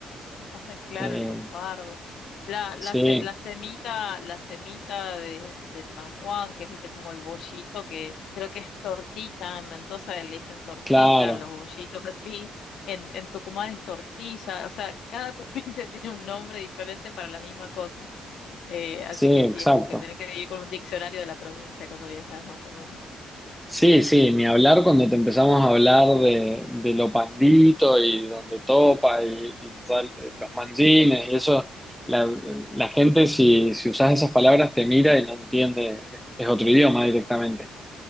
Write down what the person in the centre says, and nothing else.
Eh,
Sí,
Claro,
sí,
exacto.
Sí, sí, ni hablar cuando te empezamos a hablar de, de lo pandito y donde topa y, y tal, eh, los manjines y eso, la, la gente si, si usas esas palabras te mira y no entiende, es, es otro idioma directamente.